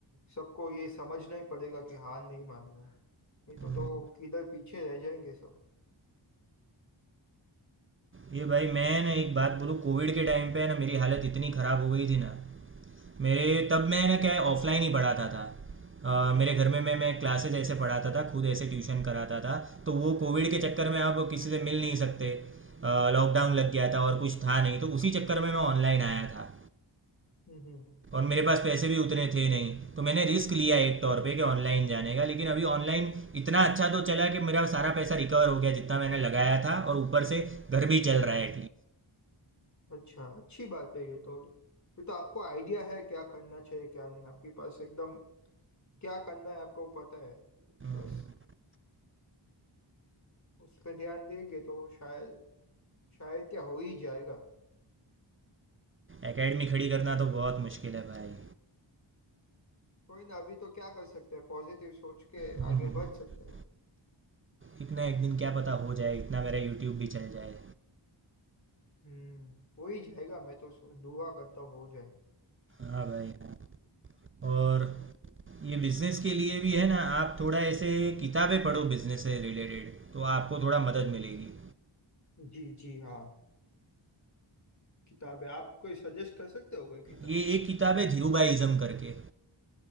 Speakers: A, on the left; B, on the right.
A: सबको ये समझना ही पड़ेगा कि हार नहीं मानना है नहीं तो
B: हम्म,
A: तो किधर पीछे रह जाएंगे सब
B: ये भाई मैं ना एक बात बोलूँ कोविड के टाइम पे ना मेरी हालत इतनी ख़राब हो गई थी ना मेरे तब मैंने क्या है ऑफलाइन ही पढ़ाता था
A: अच्छा
B: अ, मेरे घर में मैं मैं क्लासेज ऐसे पढ़ाता था खुद ऐसे ट्यूशन कराता था तो वो कोविड के चक्कर में अब किसी से मिल नहीं सकते लॉकडाउन लग गया था और कुछ था नहीं तो उसी चक्कर में मैं ऑनलाइन आया था
A: हम्म हम्म।
B: और मेरे पास पैसे भी उतने थे नहीं तो मैंने रिस्क लिया एक तौर पे कि ऑनलाइन जाने का लेकिन अभी ऑनलाइन इतना अच्छा तो चला कि मेरा सारा पैसा रिकवर हो गया जितना मैंने लगाया था और ऊपर से घर भी चल रहा है
A: अच्छा अच्छी बात है ये तो ये तो आपको आइडिया है क्या करना चाहिए क्या नहीं आपके पास एकदम क्या करना है आपको पता है
B: एटलीस्ट
A: बस उस पे ध्यान देंगे तो शायद शायद क्या हो ही जाएगा
B: एकेडमी खड़ी करना तो बहुत मुश्किल है भाई
A: कोई ना अभी तो क्या कर सकते हैं पॉजिटिव सोच के
B: <laughs>
A: आगे बढ़ सकते हैं
B: एक ना एक दिन क्या पता हो जाए इतना मेरा यूट्यूब भी चल जाए
A: हम्म हो ही जाएगा मैं तो सो- दुआ करता हूँ हो जाए
B: हाँ भाई हाँ और ये बिजनेस के लिए भी है ना आप थोड़ा ऐसे किताबें पढ़ो बिजनेस से रिलेटेड तो आपको थोड़ा मदद मिलेगी
A: जी जी हाँ किताब है आप कोई सजेस्ट कर सकते हो कोई किताब
B: ये एक किताब है धीरूभाईज़म करके